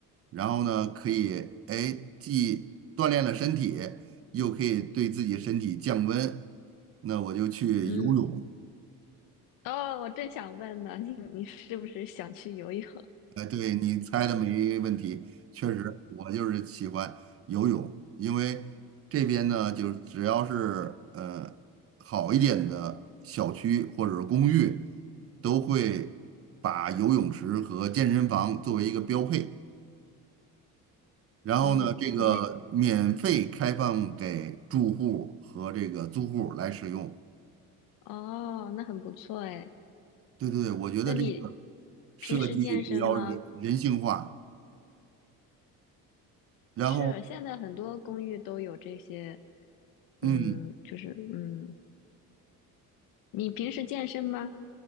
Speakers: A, on the right (about 45°); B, on the left (about 75°).
A: 然后呢，可以哎既锻炼了身体，又可以对自己身体降温。那我就去游泳。
B: 嗯。哦，我正想问呢，<laughs> 你你是不是想去游泳？
A: 哎，对，你猜的没问题，确实，我就是喜欢游泳，因为这边呢，就是只要是呃好一点的小区或者是公寓，都会把游泳池和健身房作为一个标配，然后呢，
B: 嗯，
A: 这个免费开放给住户和这个租户来使用。
B: 你还哦，那很不错哎。
A: 对对对，我觉得这个
B: 那你
A: 设计比较人人性化，
B: 平时健身吗？
A: 然后
B: 是，现在很多公寓都有这些，
A: 嗯。
B: 嗯，就是嗯，你平时健身吗？